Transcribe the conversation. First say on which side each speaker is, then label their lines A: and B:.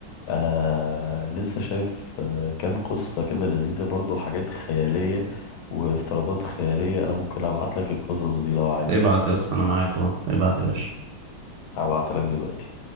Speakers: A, on the left; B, on the right.
A: أنا لسه شايف آه، كام قصة كده لذيذة برضو حاجات خيالية وافتراضات خيالية أنا ممكن أبعت لك القصص دي لو عايز
B: ابعت يا اسطى انا معاك اهو ابعت يا باشا
A: هبعتها لك دلوقتي